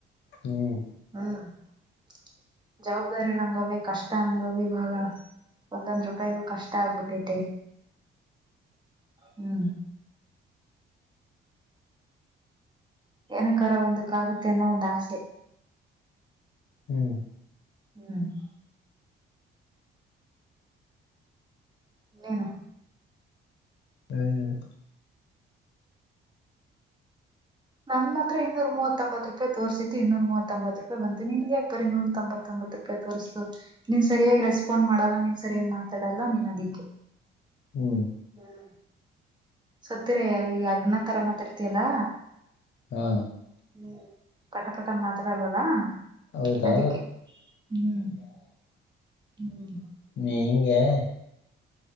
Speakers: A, on the left (about 60°); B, on the right (about 20°).
A: ಹ್ಮ <inaudible>
B: ಹ್ಮ್ <inaudible> ಜವಾಬ್ದಾರಿಲ್ಲ ಹಂಗವ ಕಷ್ಟ ಹಂಗವ ಇವಾಗ <inaudible> ಒಂದೊಂದ್ ರೂಪಾಯಿಗೆ ಕಷ್ಟ ಆಗ್ಬಿಟ್ಟೈತಿ. ಹ್ಮ್ <inaudible> ಏನಕರ ಒಂದಕ್ಕಾಗುತ್ತೆ ಅನ್ನೋ ಒಂದು ಆಸೆ.
A: ಹ್ಮ್ <inaudible>
B: ಹ್ಮ್ <inaudible> ಇನ್ನೇನು
A: ಏನ್ ಇಲ್ಲ
B: ನನ್ ಮಾತ್ರ ಇನ್ನೂಮೂವತ್ತೊತ್ ರೂಪಾಯ ತೋರಿಸಿದ್ದು ಇನ್ನೂ ಮೂವತ್ತಂಬತ್ ರೂಪಾಯ ಬು ನಿನ್ ಯಾಕ್ ಬರಿ ಇೂ ತೊಂಬ ತ್ತೊಂಬತ್ ರೂಪಾಯಿ ತೋರ್ಸ್ತು ನೀನ್ ಸರಿಯಾಗಿ ರೆಸ್ಪಾಂಡ್ ಮಾಡಲ್ಲ ನೀನ್ ಸರಿಯಾಗಿ ಮಾತಾಡಲ್ಲ ನೀನ್ ಅದಿಕ್ಕೆ.
A: ಹ್ಮ್ <inaudible>
B: ಹ್ಮ್ ಸತ್ತರ ಈ ಅಗ್ನ ತರ ಮಾತಡತಿ ಅಲ್ಲ
A: ಹಾ
B: ಹ್ಮ್ ಪಟಪಟ ಮಾತಾಡಲ್ಲ ಅಲ್ವಾ
A: ಹೌದಾ
B: ಅದಿಕ್ಕೆ ಹ್ಮ್ ಹ್ಮ್
A: ನೀ ಹಿಂಗೆ